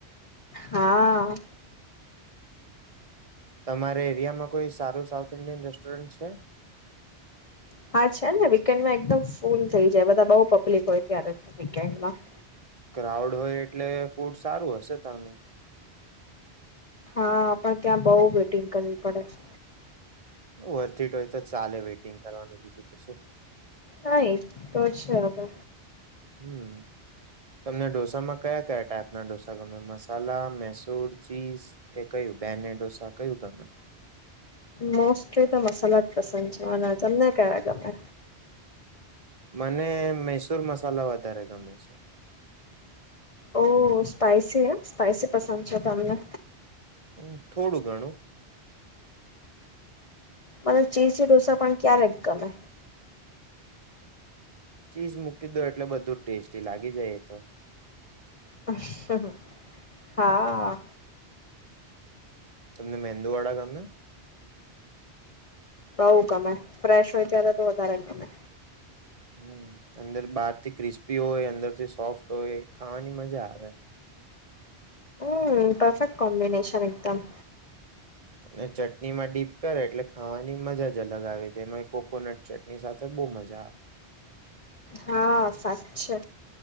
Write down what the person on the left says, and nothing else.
હા.
હા છે ને, વીકેન્ડમાં એકદમ ફૂલ થઈ જાય, બધા બહુ પબ્લિક હોય ત્યારે. <unintelligible> <unintelligible>
હા, પણ ત્યાં બહુ વેટિંગ કરવી પડે છે.
હા એ તો છે હવે.
મોસ્ટલી તો મસાલા જ પસંદ છે, મને તમને કેવા ગમે?
ઓ સ્પાઈસી હં, સ્પાઈસી પસંદ છે તમને.
મને ચીઝી ઢોસા પણ ક્યારેક ગમે.
અંહંહ હા.
બઉ ગમે, ફ્રેશ હોય ત્યારે તો વધારે ગમે.
હમ્મ, પરફેક્ટ કોમ્બિનેશન એકદમ.
હા સાચ્ચે.